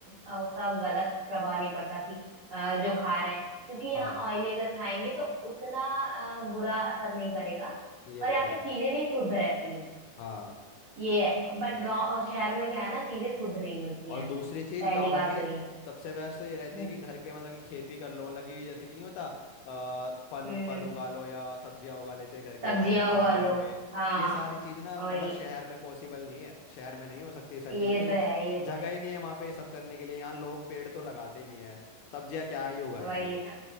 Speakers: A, on the right; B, on the left.
A: अ, उसका गलत प्रभाव नहीं पड़ता कि अ, जो खा रहे हैं क्योंकि यहाँ
B: हाँ
A: ऑयली अगर खाएंगे तो उतना अ, बुरा असर नहीं करेगा
B: ये
A: और
B: तो
A: यहाँ पे
B: है
A: चीजें भी शुद्ध रहती हैं
B: हाँ
A: ये है बट
B: ग-
A: गांव शहर में क्या है ना चीजें शुद्ध नहीं मिलती
B: और
A: हैं
B: दूसरी चीज
A: पहली
B: गाँव
A: बात
B: की
A: तो ये
B: सबसे बेस्ट तो ये रहती
A: हम्म
B: है कि घर के मतलब कि खेती कर लो मतलब कि जैसे कि नहीं होता आ, फल
A: हम्म
B: फल
A: हम्म।
B: उगा लो या सब्जियां उगा लेते हैं घर के
A: सब्जियां
B: बाहर या आंगन
A: उगा लो
B: में
A: हाँ
B: ये सारी चीज ना
A: वही
B: मतलब शहर में पॉसिबल नहीं है शहर में नहीं हो सकती ये सारी
A: ये
B: चीजें क्योंकि
A: तो है ये तो
B: जगह
A: है
B: ही नहीं है वहां पे ये सब करने के लिए यहाँ लोग पेड़ तो लगाते नहीं है सब्जियां क्या ही उगाएंगे
A: वही ना